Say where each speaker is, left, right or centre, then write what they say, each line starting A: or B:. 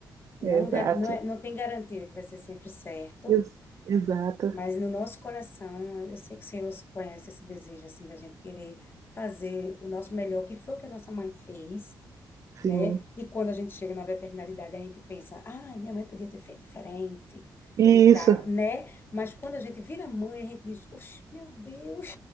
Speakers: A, on the left; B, on the right.
A: Não,
B: Exato.
A: ga- não, é, não tem garantia que vai ser sempre certo,
B: Ex- exato.
A: mas no nosso coração, eu sei que o Senhor conhece esse desejo, assim, da gente querer fazer o nosso melhor, que foi o que a nossa mãe fez,
B: Sim.
A: né? E quando a gente chega numa determinada idade, a gente pensa, ah, minha mãe podia ter feito diferente
B: E
A: e tá,
B: Isso.
A: né? Mas quando a gente vira mãe, a gente diz, Oxe, meu Deus,